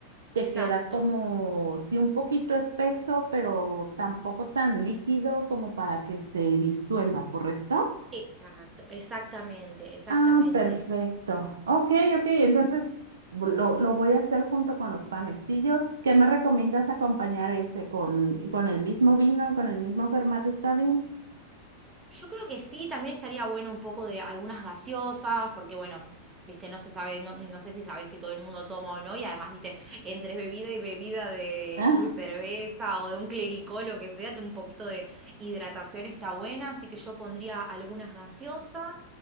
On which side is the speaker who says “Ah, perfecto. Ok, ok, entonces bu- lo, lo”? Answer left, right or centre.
Right